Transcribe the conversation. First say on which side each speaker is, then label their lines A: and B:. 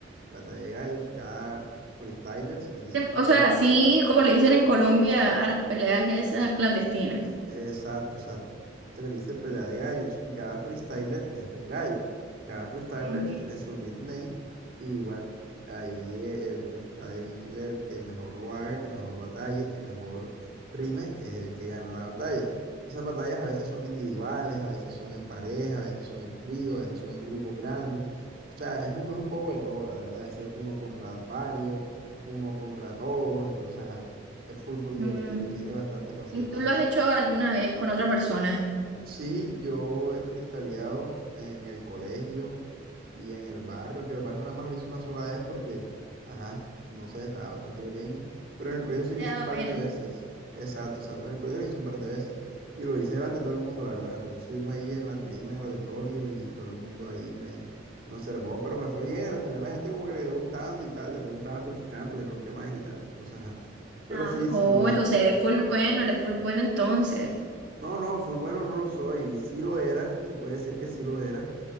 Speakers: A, on the right; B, on the right.
A: Batalla de gallos, cada freestyler se le dice
B: Tem-
A: freestyler
B: O sea, así como le dicen en Colombia a las peleas esas clandestinas.
A: Exacto, exacto. Se les dice pelea de gallos y cada freestyler es un gallo. Cada freestyler
B: Ujú.
A: tiene su nickname y bueno, ahí eh, el freestyler que mejor lo haga, que mejor batalle, que mejor rime, es el que gana la batalla. Esas batallas a veces son individuales, a veces son en pareja, a veces son en trío, a veces son en grupos grandes. O sea, es un, es un poco de todo, la verdad. A veces uno contra varios, uno contra todos, entonces, ajá, es full, full
B: Mm,
A: divertido. Tiene bastantes facetas
B: ¿Y tú lo
A: eh,
B: has hecho alguna vez con otra persona?
A: Sí, yo he freestyleado en el colegio y en el barrio, aunque el barrio nada más lo hice una sola vez porque, ajá, no sé, estaba bastante pequeño, pero en el colegio sí lo
B: Te
A: hice
B: da
A: un par
B: pena.
A: de veces, exacto, exacto, en el colegio lo hice un par de veces y lo hice delante de todo el mundo, la verdad, me tocó subirme ahí en la tarima, en el auditorio y todo el mundo ahí me, me observó, pero me fue bien, al final la gente como que le quedó gustando y tal, después me estaban felicitando que ronqué más y tal, entonces, ajá, pero
B: Ajo,
A: sí, sí lo he
B: entonces
A: hecho.
B: eres full bueno, eres full bueno entonces.
A: No, no, full bueno no lo soy. Sí lo era, se puede decir que sí lo era,